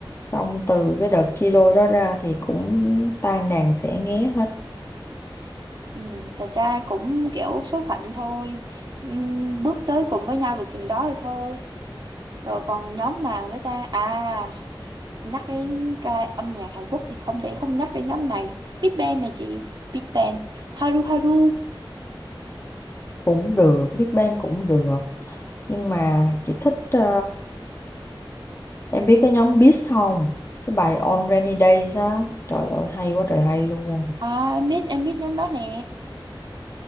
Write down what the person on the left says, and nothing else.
xong từ cái đợt chia đôi đó ra thì cũng tan đàn xẻ nghé hết
cũng được Big Bang cũng được nhưng mà chị thích ờ, em biết cái nhóm Beast không cái bài On Rainy Days á trời ơi hay quá trời hay luôn